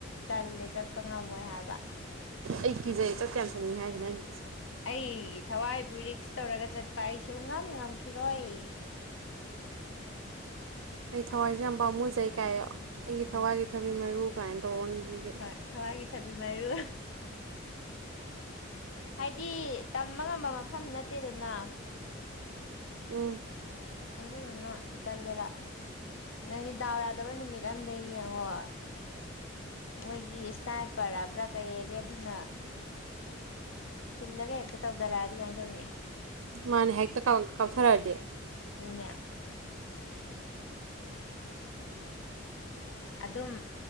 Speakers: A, on the left; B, on the right.
A: ꯇꯜꯂꯦ ꯆꯠꯄ ꯆꯠꯄ ꯉꯝꯃꯣꯏ ꯍꯥꯏꯕ
B: ꯑꯩ ꯀꯤꯖꯩ ꯆꯠꯇꯤ ꯌꯥꯝ ꯆꯟꯅꯤꯡꯉꯦ ꯍꯥꯏꯁꯤꯅꯦ ꯑꯩꯅ ꯀꯤꯖꯩ
A: ꯑꯩ ꯊꯋꯥꯏꯕꯨ ꯔꯤꯛꯁ ꯇꯧꯔꯒ ꯆꯠꯄ ꯑꯩꯁꯨ ꯁꯨꯉꯝ ꯉꯝꯈꯤꯔꯣꯏ
B: ꯑꯩ ꯊꯋꯥꯏꯁꯦ ꯌꯥꯝ ꯄꯥꯝꯃꯨꯖꯩ ꯀꯥꯏꯑꯣ ꯑꯩꯒꯤ
A: ꯎꯝ
B: ꯊꯋꯥꯏꯒꯤ ꯊꯕꯤ ꯃꯔꯨ ꯀꯥꯏꯅ ꯇꯧꯔ ꯑꯗꯨꯗꯤ
A: ꯍꯣꯏ ꯊꯋꯥꯏꯒꯤ ꯊꯕꯤ ꯃꯔꯨ ꯍꯥꯏꯗꯤ ꯇꯝꯕ ꯉꯝꯕ ꯃꯐꯝ ꯅꯠꯇꯦꯗꯅ
B: ꯎꯝ꯫
A: ꯑꯗꯨꯗꯨꯅ ꯇꯜꯂꯦꯕ ꯅꯪꯗꯤ ꯗꯥꯎ ꯌꯥꯗꯕ ꯅꯨꯃꯤꯠ ꯑꯝꯗ ꯌꯦꯡꯉꯣ ꯃꯣꯏꯒꯤ ꯏꯁ꯭ꯇꯥ꯭ꯔꯏꯄꯔ ꯍꯥꯏꯕ꯭ꯔꯥ ꯀꯩꯒꯦ ꯑꯗꯨꯅ ꯈꯤꯜꯂꯒ ꯍꯦꯛꯇ ꯇꯧꯗꯔꯛꯑꯗꯤ ꯀꯃꯥꯏ ꯇꯧꯅꯤ
B: ꯃꯥꯅꯦ ꯍꯦꯛꯇ ꯀꯥꯎ ꯀꯥꯎꯊꯔꯛꯑꯗꯤ
A: ꯑꯗꯨꯅꯦ ꯑꯗꯨꯝ